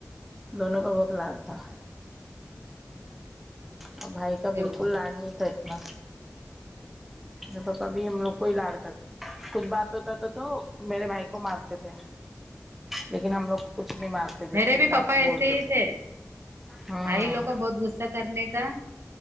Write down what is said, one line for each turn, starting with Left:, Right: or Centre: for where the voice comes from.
Centre: دونوں کا بہت لاڈ تھا
Right: ہاں اچھا
Centre: اور بھائی
Right: اس
Centre: کا
Right: کے
Centre: بالکل
Right: اوپر
Centre: لاڈ نہیں تھا اتنا میں بپپا بھی ہم لوگ کوئی لاڑ کرتے کچھ بات ہوتا تو تو میرے بھائی کو مارتے تھے لیکن ہم لوگ کو کچھ نہیں مارتے پیٹتے
Right: میرے بھی
Centre: نہ
Right: پپپا ایسے
Centre: بولتے
Right: ہی تھے
Centre: ہوں
Right: بھائی لوگ کو بہت غصہ کرنے کا